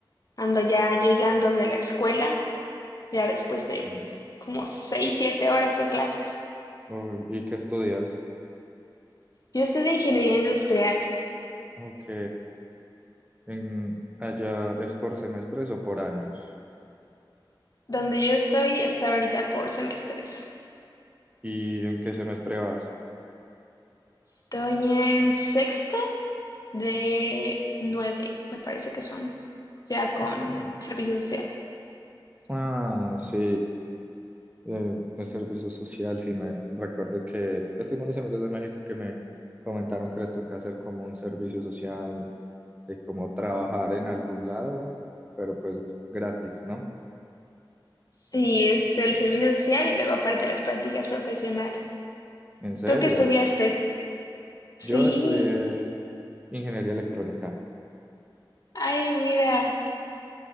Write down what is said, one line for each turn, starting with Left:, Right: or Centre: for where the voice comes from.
Left: ando ya llegando de la escuela, ya después de
Right: Sí.
Left: como seis, siete horas de clases.
Right: Oh, ¿y qué estudias?
Left: Yo estoy de ingeniería industrial.
Right: Ok. En, ¿allá es por semestres o por años?
Left: Donde yo estoy está ahorita por semestres.
Right: ¿Y en qué semestre vas?
Left: Estoy en sexto de nueve, me parece que son ya con
Right: Ok.
Left: servicio social.
Right: Ah, sí. eh, el servicio social, sí, me recuerdo que, pues tengo unos amigos de México que me comentaron que les toca hacer como un servicio social, de como trabajar en algún lado, pero pues gratis, ¿no?
Left: Sí, es el servicio social y luego aparte las prácticas profesionales.
Right: En serio,
Left: ¿Tú qué estudiaste? Sí.
Right: yo estudié ingeniería electrónica.
Left: Ay, mira,